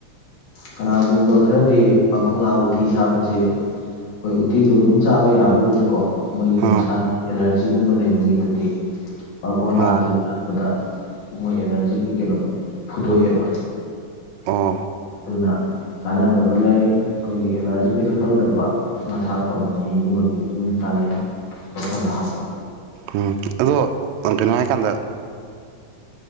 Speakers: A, on the left; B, on the right.
A: ꯀꯅꯥꯒꯨꯝꯕ ꯈꯔꯗꯤ ꯄꯥꯡꯈꯣꯂꯥ ꯎꯇꯤ ꯆꯥꯕꯁꯦ ꯑꯩꯈꯣꯏ ꯎꯇꯤꯗꯣ ꯑꯗꯨꯝ ꯆꯥꯕ ꯌꯥꯕ ꯑꯣꯏꯁꯨꯀꯣ ꯃꯣꯏꯒꯤ
B: ꯑꯥ
A: ꯃꯁꯥꯗ ꯑꯦꯂꯔꯖꯤ ꯑꯁꯤꯒꯨꯝꯕ ꯂꯩꯕ ꯃꯤꯗꯗꯤ ꯃꯈꯈꯣꯂꯥꯁꯦ
B: ꯑꯣ
A: ꯆꯥꯕꯗ ꯃꯣꯏ ꯑꯦꯅꯔꯖꯤꯒꯤ ꯀꯩꯅꯣꯗꯣ ꯐꯨꯗꯣꯛꯑꯦꯕ
B: ꯑꯥ
A: ꯑꯗꯨꯅ ꯆꯥꯟꯅꯗꯕ ꯂꯩ ꯑꯩꯈꯣꯏꯒꯤ ꯑꯦꯂꯔꯖꯤ ꯀꯩꯁꯨ ꯇꯧꯗꯕ ꯃꯁꯥ ꯐꯕ ꯃꯤꯒꯨꯝꯕꯗꯤ ꯑꯗꯨꯝ ꯆꯥꯅꯩ ꯄꯥꯡꯈꯣꯂꯥ ꯍꯥꯞꯄ
B: ꯎꯝ ꯑꯗꯣ ꯀꯇꯩꯅꯅꯨꯡꯉꯥꯏ ꯀꯥꯟꯗ